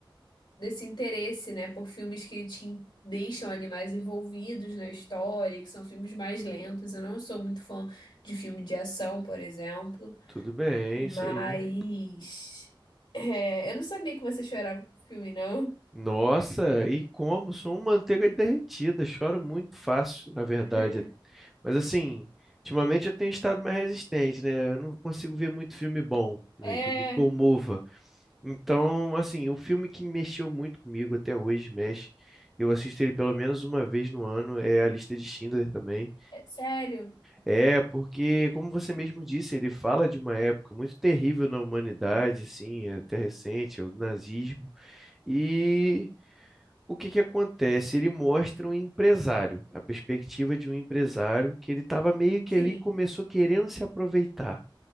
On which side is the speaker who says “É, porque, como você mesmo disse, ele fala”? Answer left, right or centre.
Centre